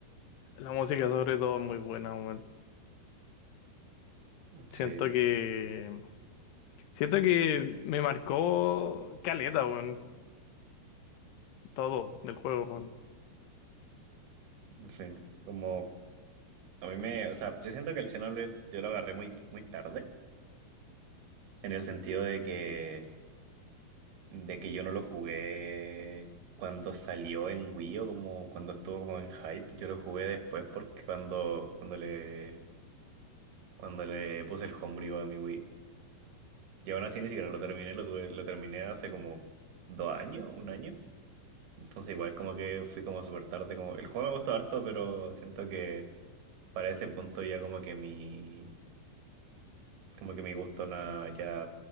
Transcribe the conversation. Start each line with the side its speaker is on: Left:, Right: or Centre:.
Left: La música, sobre todo, es muy buena, man.
Right: Sí,
Left: Siento que. Siento que me marcó caleta, man. Todo del juego, man.
Right: sí. Como a mí me, o sea, yo siento que el Xenoblade yo lo agarré muy, muy tarde, en el sentido de que, de que yo no lo jugué cuando salió en Wii o como cuando estuvo como en hype. Yo lo jugué después porque cuando, cuando le, cuando le puse el homebrew a mi Wii. Y aún así ni siquiera lo terminé, lo tuve, lo terminé hace como dos años, un año. Entonces igual como que fui como súper tarde, como el juego me gustó harto, pero siento que para ese punto ya como que mi, como que mi gusto na- ya,